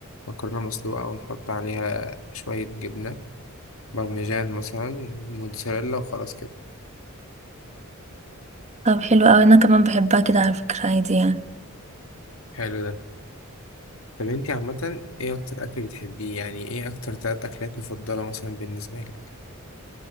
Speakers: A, on the left; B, on the right.
A: مكرونة مسلوقة ونحط عليها شوية جبنة بارميجان مثلا موتزاريلا وخلاص كده
B: طب حلو اوي انا كمان بحبها كده على فكره عادي يعني
A: حلو ده طب انتي عامة ايه اكتر اكل بتحبيه يعني ايه اكتر تلات اكلات مفضلة مثلا بالنسبة لك